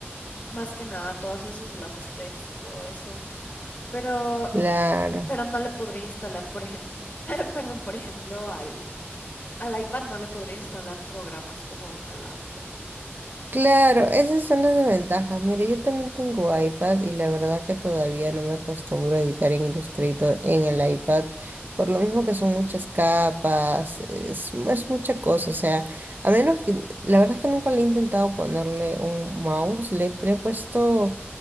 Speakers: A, on the left; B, on the right.
A: más que nada todas esas, las specs y todo eso. Pero,
B: Claro,
A: pero no le podría instalar, por ejemplo, <clears throat> perdón, por ejemplo, al, al iPad no le podría instalar programas como a una laptop.
B: claro, esas son las desventajas. Mira, yo también tengo iPad y la verdad que todavía no me acostumbro a editar en Illustrator en el iPad, por lo mismo que son muchas capas, es, es mucha cosa. O sea, a menos que, la verdad es que nunca le he intentado ponerle un mouse, le le he puesto.